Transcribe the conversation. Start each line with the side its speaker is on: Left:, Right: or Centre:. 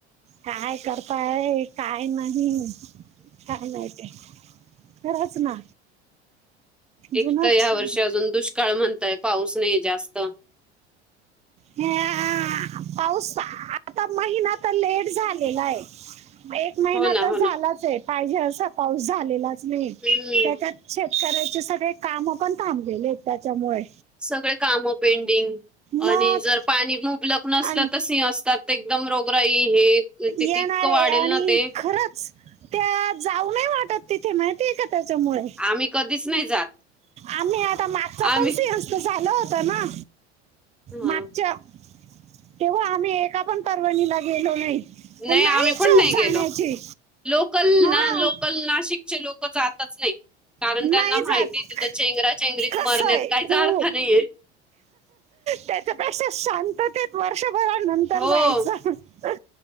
Right: काय करताय काय नाही काय माहित आहे खरच ना
Centre: एक
Right: जुनच
Centre: तर ह्या वर्षी अजून दुष्काळ म्हणताय पाऊस नाही जास्त
Right: ह्यांआ पाऊस आता महिना तर लेट झालेला आहे एक महिना
Centre: ना
Right: तर
Centre: हो
Right: झालाच
Centre: ना.
Right: आहे पाहिजे असा पाऊस झालेलाच नाही
Centre: हम्म
Right: त्याच्यात शेतकऱ्याचे सगळे काम पण थांबलेले आहेत त्याच्यामुळे
Centre: सगळे काम पेंडिंग
Right: मग
Centre: आणि जर पाणी मुबलक नसलं
Right: आणि
Centre: तर सिंहस्थात एकदम रोगराई हे ते
Right: येणारे
Centre: इतकं वाढेल
Right: आणि
Centre: ना ते
Right: खरंच त्या जाऊ नये वाटत तिथे माहिती आहे का त्याच्यामुळे
Centre: आम्ही कधीच नाही जात
Right: आम्ही आता मागचा
Centre: आम्ही
Right: पण सिंह स्थ झालं होत ना
Centre: ह
Right: मागच्या तेव्हा आम्ही एका पण परवणीला गेलो नाही
Centre: नाही आम्ही
Right: इच्छा
Centre: पण
Right: होत
Centre: नाही
Right: जाण्याची
Centre: गेलो लोकल
Right: हा
Centre: ना लोक लोकल नाशिकचे लोक जातच नाही कारण
Right: नाही
Centre: त्यांना माहिती
Right: जात
Centre: तिथं चेंगरा चेंगरीत
Right: कसं
Centre: मरण्यात
Right: आहे
Centre: काहीच
Right: खूप
Centre: अर्थ नाहीये
Right: त्याच्यापेक्षा शांततेत वर्षभरा नंतर
Centre: हो
Right: जायचं अ